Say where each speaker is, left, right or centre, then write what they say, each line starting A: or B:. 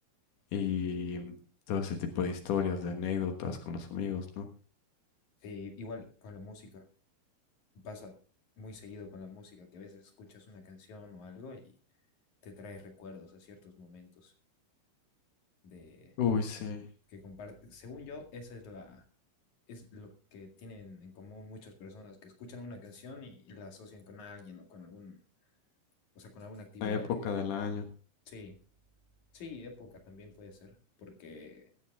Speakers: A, on the left; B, on the left.
A: y todo ese tipo de historias, de anécdotas con los amigos, ¿no?
B: Sí, igual con la música, pasa muy seguido con la música, que a veces escuchas una canción o algo y te trae recuerdos a ciertos momentos de...
A: Uy,
B: que
A: sí,
B: que comparte, según yo, esa es la, es lo que tienen en común muchas personas que escuchan una canción y, y la asocian con alguien o con algún, o sea, con alguna actividad
A: la época
B: que,
A: del año.
B: que hicieron. Sí, sí, época también puede ser, porque